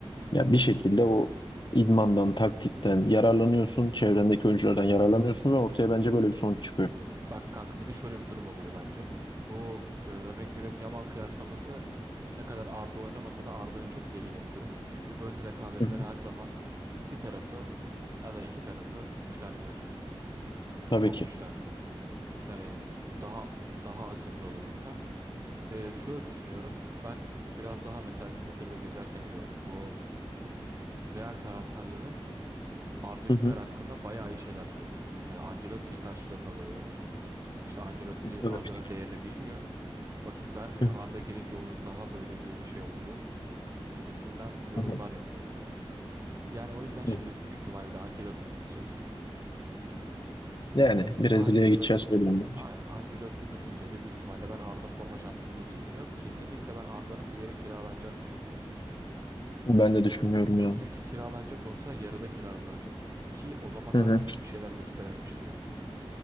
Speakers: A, on the left; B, on the right.
A: ya bir şekilde o idmandan, taktikten yararlanıyorsun, çevrendeki oyunculardan yararlanıyorsun ve ortaya bence böyle bir sonuç çıkıyor.
B: Bak kanka bir de şöyle bir durum oluyor bence. Bu e, örnek veriyorum Yamal kıyaslaması ne kadar Arda oynamasa da Arda'nın çok lehine bir durum. Çünkü böyle rekabetler
A: Hı hı.
B: her zaman bir tarafı ya da iki tarafı güçlendirir.
A: Tabii
B: Çok
A: ki.
B: güçlendirir. Yani daha daha azimli olur insan. E, şöyle düşünüyorum. Ben biraz daha mesela Twitter'da gezerken gördüm. Bu Real taraftarları Arda
A: Hı
B: Güler
A: hı.
B: hakkında bayağı iyi şeyler söylüyor. Yani Ancelotti'yi karşılarına alıyor öyle söyleyeyim. İşte Ancelotti
A: Evet.
B: Arda'nın değerini bilmiyor. vakit vermiyor.
A: Hı hı.
B: Arda girince oyun daha böyle bir şey oluyor gibisinden yorumlar
A: hı.
B: yapıyorlar. Yani o yüzden şimdi
A: hı.
B: büyük ihtimalle de Ancelotti gidecek.
A: Yani
B: Yani
A: Brezilya'ya
B: Ancelotti
A: gideceğiz öyle Ben
B: aynı Ancelotti gidince de büyük ihtimalle ben Arda forma şansı bulur diye düşünüyorum. Kesinlikle ben Arda'nın bir yere kiralanacağını düşünmüyorum.
A: Ben de düşünmüyorum ya.
B: Çünkü kiralanacak olsa yarıda kiralanırdı. Ki o zaman
A: Hı
B: daha
A: hı.
B: çocuk bir şeyler gösterememişti yani.